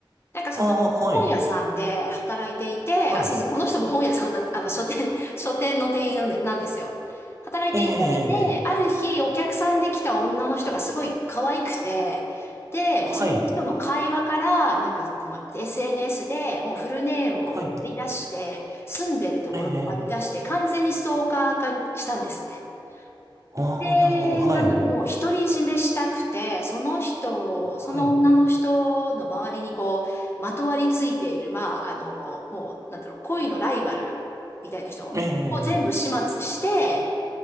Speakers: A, on the left; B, on the right.
A: なんかその、
B: ああー、はい。
A: 本屋さんで働いていて、
B: はい。
A: あ、そうそう、この人も本屋さんなん、あの、書店、<laughs> 書店の店員なんで、なんですよ。働いていて、
B: ええええ
A: で、ある日お客さんで来た女の人がすごい可愛くて、で、
B: はい。
A: その人の会話から、なんかこの SNS でもうフルネームをこう割り出して、
B: はい。
A: 住んでるところを割り出して、
B: ええ。
A: 完全にストーカー化したんですね。
B: ああ、
A: で、
B: なるほど。はい。
A: なんだろう、もう独り占めしたくて、その人を、
B: はい。
A: その女の人の周りにこう、まとわりついている、まあ、あの、もう、なんだろう、恋のライバルみたいな人を全部始末して、
B: ええ。